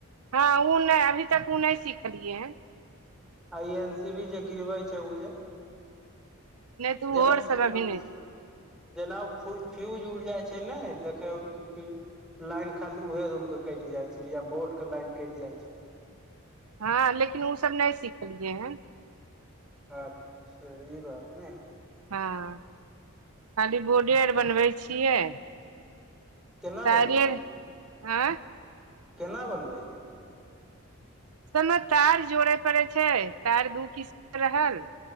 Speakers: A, on the right; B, in the centre.
A: हँ ओ नै अभी तक उ नै सिखलियै हन
B: आइ एन सी बी जे गिरबै छै उऽ जे <inaudible>
A: नहि तऽ ओहो
B: जेनाब
A: आर सब
B: फ्यूज
A: अभी नहि
B: <inaudible>
A: सिख
B: जेना फ फ्यूज उड़ि जाइ छै नै देखे होबै की फ्यूज लाइन खाली उहे रूम कऽ कइट जाय छै या बोर्ड कऽ लाइन काइट जाय छै
A: हँ लेकिन उऽ सभ नै सिखलियै हन
B: अच्छ ई बात नै
A: हँ <inaudible> खाली बोर्ड आर बनबै छियै
B: केना
A: तारे
B: बनबै
A: आर
B: छी
A: आँय
B: केना बनबै छी
A: सबमे तार जोड़े पड़े छै तार दू किस कऽ रहल